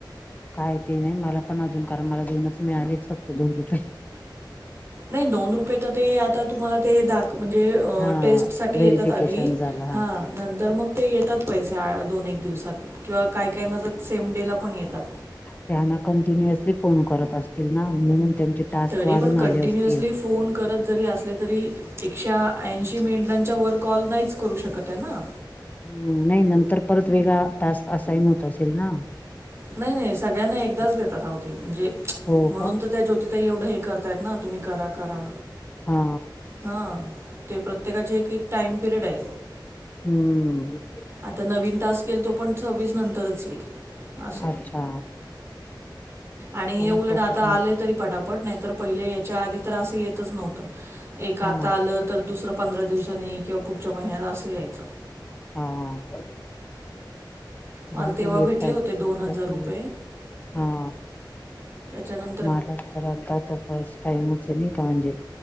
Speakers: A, on the left; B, on the right.
A: काय ते नाही मला पण अजून कारण मला दोनच मिळालेत, फक्त दोन रुपये.
B: नाही दोन रुपये तर ते आता तुम्हाला ते दाक म्हणजे अ
A: हा
B: टेस्ट साठी
A: व्हेरिफिकेशन
B: येतात आधी
A: झालं
B: हा नंतर मग ते येतात पैसे आ दोन एक दिवसात. किंवा काय काय ना तर सेम डे ला पण येतात
A: त्या ना कंटिन्युअसली फोन करत असतील ना म्हणून त्यांचे टास्क
B: तरी
A: वाढून
B: पण कंटिन्युअसली
A: आले असतील.
B: फोन करत जरी असले तरी एकशे ऐंशी मिनिटांच्या वर कॉल नाहीच करू शकत आहे ना!
A: हम् नाही नंतर परत वेगळा टास्क असाईन होत असेल ना?
B: नाही नाही सगळ्यांना एकदाच देतात अहो ते म्हणजे,
A: हो
B: म्हणून
A: का
B: तर त्या ज्योतिताई एवढं हे करतायत ना तुम्ही करा करा.
A: हा
B: हा ते प्रत्येकाचे एक एक टाइम पिरियड आहे.
A: हम्म.
B: आता नवीन टास्क येईल तो पण सव्वीस नंतरच येईल. अस ह
A: अच्छा
B: आणि
A: जाऊ
B: हे उलट
A: तोपर्यंत
B: आता आलंय तरी पटा पट नाही तर पहिले याच्या आधी तर असं येतच नव्हतं एक आता
A: हा
B: आलं तर दुसरं पंधरा दिवसांनी किंवा पुढच्या महिन्यात असं यायचं.
A: हां हां.
B: मला
A: जाऊदे
B: तेव्हा भेटले
A: येतायेत
B: होते दोन
A: तर
B: हजार
A: करून
B: रुपये
A: घेऊ हा.
B: त्याच्यानं
A: माला तर आता तर फस्ट टाईमच आहे नाही का म्हणजे.